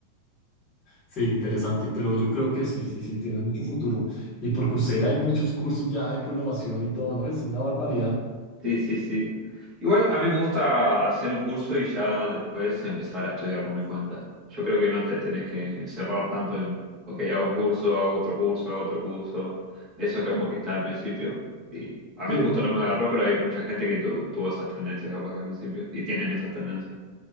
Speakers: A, on the left; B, on the right.
A: Sí, interesante, pero yo creo que sí, sí, sí, tienes mucho futuro. Y por Coursera hay muchos cursos ya de programación y todo, ¿no? Es una barbaridad.
B: Sí, sí, sí. Igual a mí me gusta hacer un curso y ya después empezar a estudiar por mi cuenta. Yo creo que no te tenés que encerrar tanto en, ok, hago un curso, hago otro curso, hago otro curso. Eso como que está al principio. Y a mí
A: Sí.
B: justo no me agarró, pero hay mucha gente que tu- tuvo esas tendencias capaz que al principio. Y tienen esas tendencias.